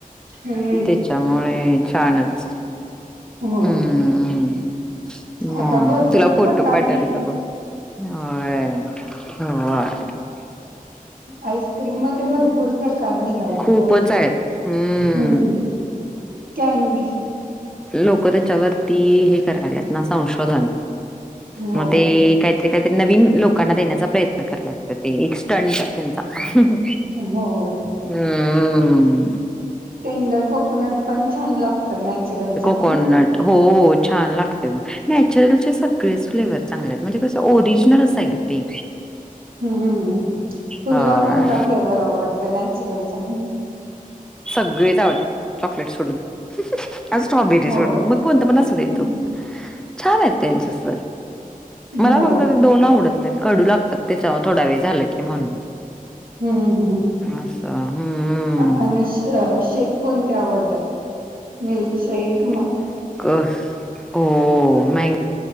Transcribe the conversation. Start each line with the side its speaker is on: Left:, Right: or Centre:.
Right: हम्म
Centre: त्याच्यामुळे छानच.
Right: हो
Centre: हम् म
Right: आता भरपूर
Centre: तुला फोटो
Right: प्रकार
Centre: पाठवलेला
Right: नि
Centre: बघ होय होय.
Right: आईसक्रीम मध्ये भरपूर प्रकार निघालेत
Centre: खूपच
Right: ग
Centre: आहेत हम्म
Right: हम् कॅन्डी-
Centre: लोकर त्याच्यावरती हे करणारेत ना संशोध
Right: होय
Centre: मग ते काहीतरी काहीतरी नवीन लोकांना देण्याचा प्रयत्न करतात ते एक स्टंट त्यांचा हम्म
Right: होय
Centre: हम्
Right: टेंडर कोकोनट पण छान लागत नॅचरलचा-
Centre: कोकनट हो हो. छान लागते बा- नॅचरलचे सगळेच फ्लेवर चांगलेत म्हणजे कसं ओरिजिनल असय ग ते
Right: हम्म तुला
Centre: हा.
Right: कोणता फ्लेवर आवडतो नॅचरलचा <inaudible>
Centre: सगळें <inaudible> चॉकलेट सोडून- आणि स्ट्रॉबेरी
Right: होय
Centre: सोडून मग कोणत पण असू दे
Right: हम्म
Centre: तो छान आहेत त्यांचे <unintelligible> मला
Right: हो
Centre: फक्त ते दोन आवडत नाहीत कडू लागतात <inaudible> थोडा वेळ झालं की म्हणून
Right: हम्म हम्म
Centre: अच्छा हम्म्
Right: आणि श शेक कोणते आवडतात मिल्कशेक
Centre: <inaudible>